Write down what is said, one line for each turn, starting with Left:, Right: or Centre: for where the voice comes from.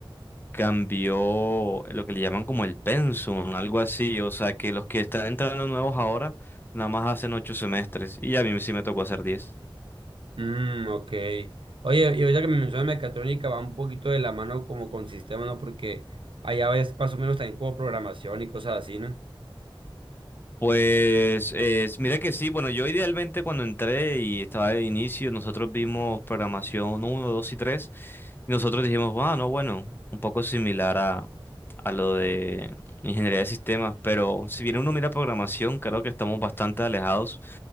Left: cambió lo que le llaman como el pensum, algo así. O sea, que los que están entrando nuevos ahora, nada más hacen ocho semestres, y a mí sí me tocó hacer diez.
Right: Mm, ok. Oye, y ahorita que me mencionas mecatrónica va un poquito de la mano como con sistemas, ¿no? Porque allá ves más o menos también como programación y cosas así, ¿no?
Left: Pues eh, mira que sí, bueno, yo idealmente cuando entré y estaba de inicio, nosotros vimos programación uno, 2 y 3. Y nosotros dijimos, ah, no, bueno, un poco similar a, a lo de ingeniería de sistemas, pero si bien uno mira programación, creo que estamos bastante alejados